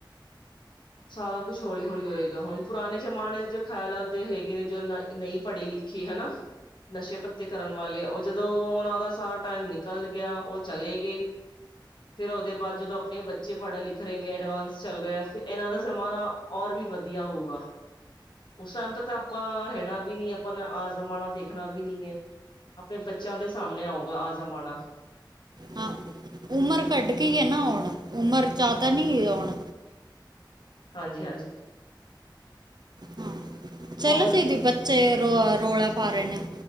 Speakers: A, on the left; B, on the right.
A: ਸਾਰਾਕੁਛ, ਹੌਲੀ ਹੌਲੀ ਹੋਏਗਾ। ਹੁਣ ਪੁਰਾਣੇ ਜਮਾਨੇ ਜੋ ਖਿਆਲ ਦੇ ਹੈਗੇ ਨੇ, ਜੋ ਨਹੀਂ ਪੜ੍ਹੀ ਸਿੱਖੀ, ਹਨਾ ਨਸ਼ੇ ਪੱਤੇ, ਕਰਨ ਵਾਲੇ ਉਹ ਜਦੋਂ ਉਹਨਾਂ ਦਾ ਸਾਰਾ ਟਾਈਮ, ਨਿਕਲ ਗਿਆ ਉਹ ਚਲੇ <unintelligible> <inaudible> ਫੇਰ, ਉਹਦੇ ਬਾਅਦ ਜਦੋਂ ਆਪਣੇ ਬੱਚੇ ਪੜ੍ਹਨ ਲਿਖ ਰਹੇ ਨੇ, ਐਡਵਾਂਸ ਚੱਲ ਰਿਹਾ ਇਹਨਾਂ ਦਾ ਜਮਾਨਾ, ਔਰ ਵੀ ਵਧੀਆ ਹੋਊਗਾ, ਉਸ ਟਾਈਮ ਤ ਤਾਂ ਆਪਾਂ, ਰਹਿਣਾ ਵੀ ਨੀ ਆਪਾਂ ਨੇ, ਆ ਜਮਾਨਾ, ਦੇਖਣਾ ਵੀ ਨੀ ਹੈ ਆਪਣੇ ਬੱਚਿਆਂ, ਦੇ ਸਾਹਮਣੇ ਆਊਗਾ, ਆ ਜਮਾਨਾ
B: ਹਾਂ ਉਮਰ, ਕੱਢ ਕੇ ਹੈ ਨਾ ਆਉਣ, ਪਰ ਜ਼ਿਆਦਾ ਨੀ ਆਉਣ
A: ਹਾਂਜੀ-ਹਾਂਜੀ
B: ਹਾਂ ਚਲੋ,
A: ਹੋਰ
B: ਦੀਦੀ
A: ਜੀ
B: ਬੱਚੇ ਰੋ ਰੌਲਾ ਪਾ ਰਹੇ ਨੇ